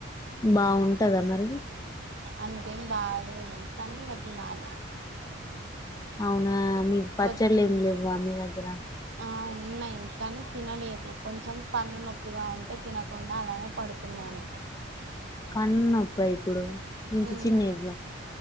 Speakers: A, on the left; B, on the right.
A: బాగుంటదా మరి
B: అంతేం బాలేదు కానీ ఇగ తినాలి
A: అవునా మీక్ పచ్చళ్లు
B: పొద్దున్న
A: ఏం లేవ మీదగ్ రా
B: ఆ ఉన్నాయి కానీ తినలేదు, కొంచెం పన్ను నొప్పిగా ఉంటే, తినకుండా అలానే పడుకున్నాను.
A: పన్ను నొప్ప ఇప్పుడు ఇంత
B: ఉమ్
A: చిన్న ఏజ్లా